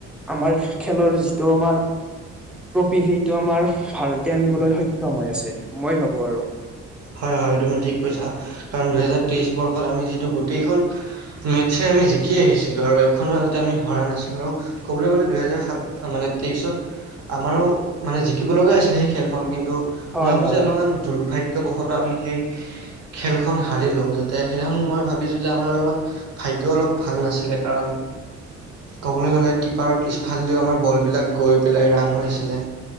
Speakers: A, in the centre; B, on the right (about 55°).
A: আমাৰ খেলৰ যিটো আমাৰ ট্ৰফি সেইটো আমাৰ ভাৰতে আনিবলৈ সক্ষম হৈ আছে মই ভাবো আৰু
B: হয় হয় তুম ঠিক কৈছা কাৰণ দুহজাৰ তেইশ বৰ্ষত আমি যিটো গোটেই খন মেটচ আমি জিকি আহিছিলোঁ আৰু এখনো আ আমি হৰা নাছিলো আৰু ক'বলৈ গ'লে দুহেজাৰ সাত মানে তেইছত আমাৰো মানে জিকিব লগা আছিলে সেই খেলখন কিন্তু
A: হয়
B: মই ভাবোঁ
A: হয়
B: যে অলপমান দুৰ্ভাগ্য বসত আমি সেই খেলখন হাৰিলো যাতে সেইদিনাখন মই ভাবিছো যে আমাৰ অলপমান ভ এতিয়া অলপ ভাল নাছিলে কাৰণ
A: উ
B: ক'বলৈ গ'লে কিপাৰৰ পিছফালেদিও আমাৰ বলবিলাক গৈ ৰাণ হৈ আছিলে,